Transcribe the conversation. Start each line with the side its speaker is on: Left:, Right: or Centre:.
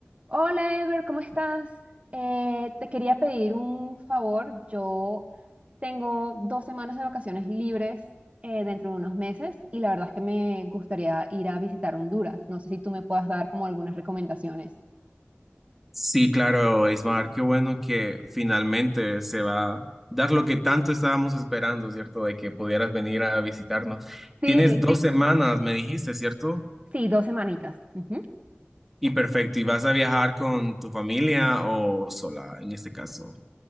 Right: Hola Ever, ¿cómo estás? Eh, te quería pedir un favor. Yo tengo dos semanas de vacaciones libres eh, dentro de unos meses y la verdad es que me gustaría ir a visitar Honduras. No sé si tú me puedas dar como algunas recomendaciones.
Centre: Sí, claro, Ismar, qué bueno que finalmente se va a dar lo que tanto estábamos esperando, ¿cierto? De que pudieras venir a visitarnos.
Right: Sí,
Centre: Tienes Sí. dos Sí. semanas, me dijiste, ¿cierto?
Right: sí, dos semanitas. Ujú.
Centre: Y perfecto, ¿y vas a viajar con tu familia o sola en este caso?